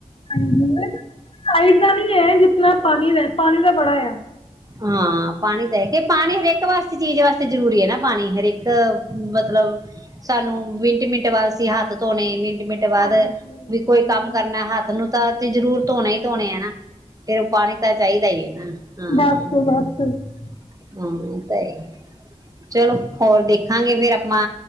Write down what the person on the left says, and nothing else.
ਹਾਂਜੀ <inaudible> ਸਾਈਡ ਦਾ ਨੀ ਹੈ ਜਿਤਨਾ ਪਾਣੀ ਰਹਿੰ ਪਾਣੀ ਦਾ ਬੜਾ ਆ।
ਹਾਂਜੀ
ਹਾਂਜੀ
ਬਸ
ਬਸ ਤੇ